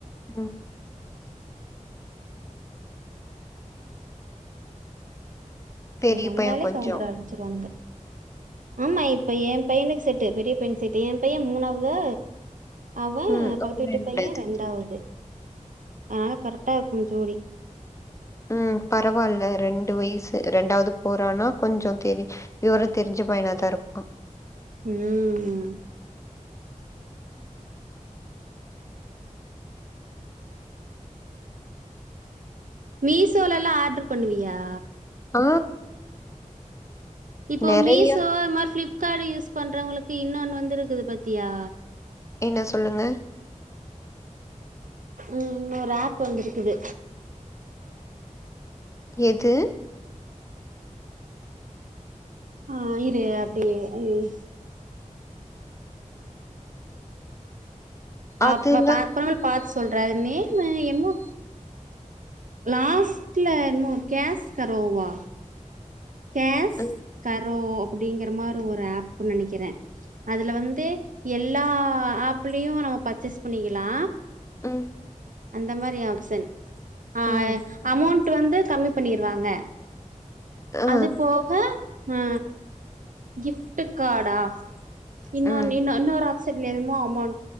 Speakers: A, on the left (about 20°); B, on the right (about 75°).
A: ம் பெரிய
B: அவ்ங் வந்தாலே
A: பைய கொஞ்சோ
B: சவுன்ட்வுட அரம்மிச்சுருவான்ங்க ஆமா இப்ப ஏன் பையனுக்கு செட்டு பெரிய பைனுக் செட்டு என் பையன் மூணாவது அவன்
A: ம்
B: பக்கத்து
A: அது
B: வீட்டு
A: நல்லது
B: பையன் ரெண்டாவது அதனால கரெக்டா இருக்கு ஜோடி
A: ம் பரவால்ல ரெண் டு வய்சு ரெண்டாவ்து போறானா கொஞ்சோ தெரி விவரோ தெருஞ்ச பைனாதா இருப்பான்
B: ம் மீசோலலா ஆட்ரு பண்ணுவியா
A: ஆ
B: இப்போ
A: நெறையா
B: மீசோ இது மாரி ஃப்ளிப்காடு யூஸ் பண்றவுங்குளுக்கு இன்னொன் வந்துருக்கிது பாத்தியா
A: என்ன சொல்லுங்க
B: ம் இன்னொரு ஆப் வந்திருக்குது
A: எது
B: ஆ இரு அப்டியே ம்
A: அதுல
B: அப்ப பாத்தா பாத்ஸ் சொல்ற அது நேம்மு எமோ லாஸ்ட்ல என்மோ கேஸ் கரோவா கேஸ்
A: ம்,
B: கர் கரோ அப்டிங்ற மாரி ஒரு ஆஃப்னு நெனைக்ற அதுல வந்து எல்லா ஆ பிலியு நம்ம பர்ச்சஸ் பண்ணிக்லா
A: ம்
B: அந்த மாரி ஆப்ஷன் ஆ
A: ம்,
B: அமௌண்ட் வந்து கம்மி பண்ணிருவாங்க
A: ஆ,
B: அது போக அ கிஃப்ட் காடா இன்னொன்னு
A: ம்,
B: இன்ன இன்னொரு ஆப்சட்ல எதுமோ அமௌண்ட்